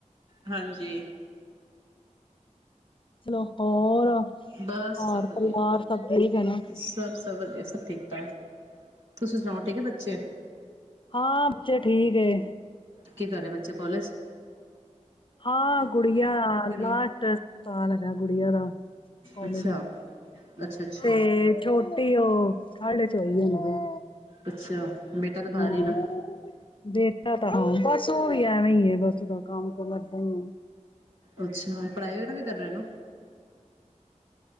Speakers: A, on the right; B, on the left.
A: ਹਾਂਜੀ।
B: ਚਲੋ ਹੋਰ
A: ਬਸ
B: ਘਰ
A: ਸਭ ਵਧੀਆ
B: ਪਰਿਵਾਰ ਸਭ ਠੀਕ ਹੈ ਨਾ
A: ਸਭ-ਸਭ ਵਧੀਆ ਸਭ ਠੀਕ ਠਾਕ। ਤੁਸੀਂ ਸੁਣਾਓ ਠੀਕ ਹੈ ਬੱਚੇ?
B: ਹਾਂ ਬੱਚੇ ਠੀਕ ਏ
A: ਕੀ ਕਰਹੇ ਬੱਚੇ ਕਾਲਜ
B: ਹਾਂ ਗੁੜੀਆ ਲਾਸਟ
A: ਹੈ।
B: ਸਾਲ ਹੈ ਗੁੜਆ ਦਾ ਕੋਾਲਜ
A: ਅੱਛਾ ਅੱਛਾ ਅੱਛਾ
B: ਤੇ ਛੋਟੀ ਉਹ ਸਾਡੇ ਚ ਈ ਹਣ ਦੇ
A: ਅੱਛਾ ਬੇਟਾ ਤਾਂ ਬਾਹਰ
B: <unintelligible>
A: ਹੀ ਨਾ
B: ਬੇਠਾ ਤਾਂ ਬਸ ਉਹ ਵੀ ਐਵੇਂ ਹੀ ਹੈ ਬਸਦਾ ਕਮ ਕੋ ਕਰਦਾ ਹ
A: ਅੱਛਾ ਪੜ੍ਹਾਈ ਵਗਰਾ ਵੀ ਕਰ ਰਿਹਾ ਨਾ